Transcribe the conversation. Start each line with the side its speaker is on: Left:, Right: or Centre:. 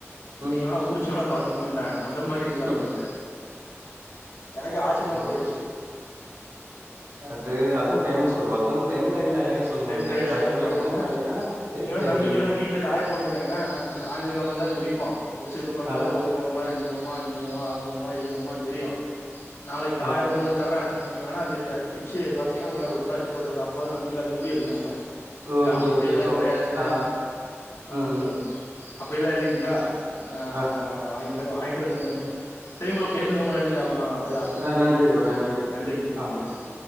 Right: ம்
Left: நீங்க வேணா உருச்சு வேணா பாத்துக்கோங்கன்டாங்க அந்த மாரி இருக்குறாங்க
Right: ம்
Left: இங்க எனக்கு ஆச்சரியமாக
Right: அஹ்
Left: போயிடுச்சு
Right: அது அதுவும் ஃபேமஸ் ப்ரோ அது வந்து தென் கைலாயம் சொல்லுவாங்க
Left: தென் கைலாயோன்னு
Right: வடக்குல
Left: சொல்லுவாங்க
Right: இமயமலைனா தேக்க
Left: நீங்க வேணா நம்பிக்க
Right: விளியங்கிரி
Left: இல்லன்னா வீட்டுல காய போட்டிருக்காங்க நாங்க அந்த காஞ்சதுக்கப்புறம்ந்த அத உரிப்போ உரிச்சதுக்கு அப்புறோ தா
Right: ஆ
Left: அது ஒரு முகமா ரெண்டு முகமா அஞ்சு முகமா அறு முகமா ஏழு முமான்னு தெரியோ நாளைக்கு காய
Right: ஆ
Left: கொண்டு வந்து தர நீங்க வேணா அது பிச்சி பாத்தீங்கன்னா உள்ள ருத்ராட்ச கொட்ட இருக்கோ அப்பவாது நம்பிக்க தம்பி அப்டின்னாங்க க்கா
Right: ஓகே
Left: அப்டில்லா
Right: ஓகே ப்ரோ
Left: கெடையாதுங்க
Right: ஆ
Left: ஆஹ்
Right: ம்
Left: சொல்லுங்க
Right: ம்
Left: அப்டிலா இல்லைங்கா ஆஹ்
Right: ஆ
Left: கா வாங்கி அப்டின் வாங்கிட்டு வந்தங்க ஒன்னு சேரிங்க ப்ரோ பேசுங்க ரொம்ப நன்றி நா அப்ப அடுத்த
Right: ஆ
Left: திரும்பியு
Right: நன்றி
Left: பேசுவோ
Right: ப்ரோ நன்றி
Left: நன்றிங்க ப்ரோ
Right: ஆ
Left: நன்றி நன்றி